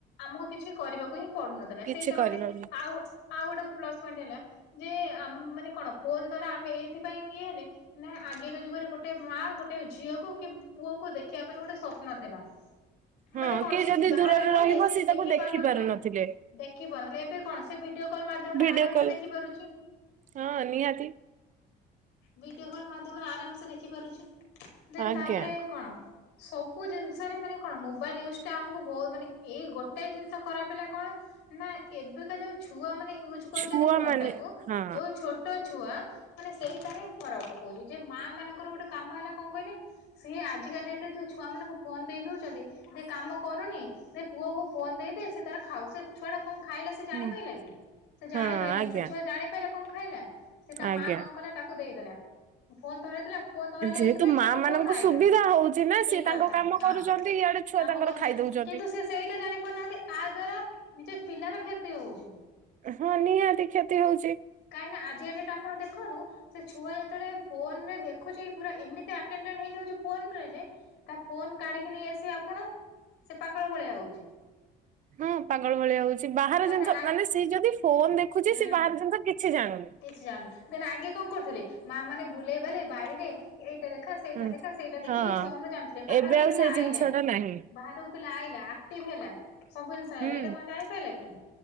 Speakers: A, on the left (about 85°); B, on the right (about 50°).
A: ଆମକୁ କିଛି କରିବାକୁ ହିଁ ପଡୁନଥିଲା
B: କିଛି
A: ସେଇଟା
B: କରିବା
A: ଗୋଟେ ଆଉ ଆଉ ଗୋଟେ ପ୍ଲସ ପଏଣ୍ଟ ହେଲା ଯେ ଆ ମାନେ କଣ ଫୋନ ଦ୍ଵାରା ଆମେ ଏଇଥିପାଇଁ ଇଏ ହେଲେ ନା ଆଗେକା ଯୁଗରେ ଗୋଟ ଗୋଟେ ମାଁ ଗୋଟେ ଝିଅକୁ କି ପୁଅ କୁ ଦେଖିବା ପାଇଁ ଗୋଟେ ସ୍ୱପ୍ନ ଥିଲା।
B: ହଁ
A: ମାନେ କଣ
B: କିଏ
A: ସିଏ
B: ଯଦି
A: ବାହାରେ
B: ଦୂରରେ
A: ରହିଲେ
B: ରହିବ
A: ସିଏ
B: ତାକୁ
A: ଦେଖି ପାରୁ ନଥିଲା।
B: ପାରୁନଥିଲେ।
A: ଦେଖି ପାରୁ ଏବେ କଣ ସେ ଭିଡିଓ କଲ ମାଧ୍ୟମରେ
B: ଭିଡିଓ
A: ଆରାମ
B: କଲ
A: ସେ ଦେଖିପାରୁଛି।
B: ହଁ ନିହାତି।
A: ଭିଡିଓ କଲ୍ ମାଧ୍ୟମରେ ଆରାମ ସେ ଦେଖି ପାରୁଛି ଦେନ୍
B: ଆଜ୍ଞା।
A: ତାପରେ କଣ? ସବୁ ଜିନିଷରେ ମାନେ କଣ ମୋବାଇଲ ୟୁଜ ଟା ଆମକୁ ବହୁତ ମାନେ ଏଇ ଗୋଟେ ଜିନିଷ ଖରାପ ହେଲା କଣ? ନା ଏବେକା ଯୋଉ ଛୁଆ ମାନେ ୟୁଜ୍ କରୁଚନ୍ତି
B: ଛୁଆ
A: ଫୋନ
B: ମାନେ
A: ଟାକୁ
B: ହଁ
A: ଯୋଉ ଛୋଟ ଛୋଟ ଛୁଆ ମାନେ ସେଇଟା ହିଁ ଫରକ ପକଉଚି ଯେ ମାଁ ମାନଙ୍କର ଗୋଟେ କାମ ହେଲା କଣ କହିଲେ ସିଏ ଆଜିକା ଡେଟ ରେ ଯୋଉ ଛୁଆମାନଙ୍କୁ ଫୋନ ଦେଇ ଦଉଚନ୍ତି। ଦେ କାମ କରୁନି ଦେ ପୁଅକୁ ଫୋନ ଦେଇଦେ ସିଏ ତାର ଖାଉ ସେ ଛୁଆ ଟା କଣ ଖାଇଲା ସେ ଜାଣି
B: ହୁଁ,
A: ପାଇଲା କି ସେ ଜାଣି
B: ହଁ
A: ପାଇଲାନି
B: ଆଜ୍ଞା
A: ସେ ଛୁଆ ଜାଣି ପାଇଲା କଣ ଖାଇଲା? ସେ ତା
B: ଆଜ୍ଞା।
A: ମାଁ କଣ କଲା ତାକୁ ଦେଇଦେଲା ଫୋନ ଧରେଇଦେଲା ଫୋନ୍ ଧରେଇଲା
B: ଯେହେତୁ
A: ଏଇଥିପାଇଁ
B: ମା
A: କି ମୋ
B: ମାନଙ୍କୁ
A: ପୁଅ ଖାଇଦବ
B: ସୁବିଧା ହଉଛି ନା
A: ଠିକ
B: ସିଏ ତାଙ୍କ
A: କଥା
B: କାମ
A: ହଁ।
B: କରୁଛନ୍ତି ଇଆଡେ ଛୁଆ
A: କାମ
B: ତାଙ୍କର
A: କରୁଚନ୍ତି
B: ଖାଇଦଉଛନ୍ତି।
A: କିନ୍ତୁ ସିଏ ସେଇଟା ଜାଣି ପାରୁନାହାନ୍ତି ଆ ଦ୍ଵାରା ନିଜ ପିଲାର କ୍ଷତି ହଉଚି।
B: ହଁ ନିହାତି କ୍ଷତି ହଉଚି।
A: କାଇଁ ନା ଆଜିକା ଡେଟ୍ ରେ ଆପଣ ଦେଖନ୍ତୁ ସେ ଛୁଆ ଯେତେବେଳେ ଫୋନ ରେ ଦେଖୁଚି ପୁରା ଏମିତି ଆଟେନଡେନ୍ଡ ହେଇଯାଉଚି ଫୋନରେ ଯେ ତା ଫୋନ କାଣିକି ନେଇ ଆସିବେ ଆପଣ ସେ ପାଗଳ ଭଳିଆ ହଉଚି।
B: ହଁ ପାଗଳ ଭଳିଆ ହଉଚି ବାହାର
A: ତାପରେ
B: ଜିନିଷ
A: ଆ
B: ମାନେ ସିଏ ଯଦି ଫୋନ ଦେଖୁଛି
A: ହୁଁ
B: ସିଏ ବାହାର ଜିନିଷ କିଛି ଜାଣୁନି।
A: କିଛି ଜାଣୁନି ଦେନ୍ ଆଗେ କଣ କରୁଥିଲେ ମାଁ ମାନେ ବୁଲେଇବାଲେଇ ବାରିରେ ଏଇଟା ଦେଖା ସେଇଟା
B: ହୁଁ
A: ଦେଖା ସେଇଟା ଦେଖିକି
B: ହଁ।
A: ଛୁଆ ମାନେ ଜାଣୁଥିଲେ ବାହାରକୁ
B: ଏବେ ଆଉ
A: ପିଲା
B: ସେଇ
A: ଆଇଲା
B: ଜିନିଷ ଟା ନାହିଁ
A: ବାହାରକୁ ଉଲା ଆଇଲା। ଆକ୍ଟିଭ ହେଲା ସବୁ ଜିନିଷ ଆଇଲା।
B: ହୁଁ
A: ଏଇଟା କଁ ଜାଣି ପାଇଲା କି?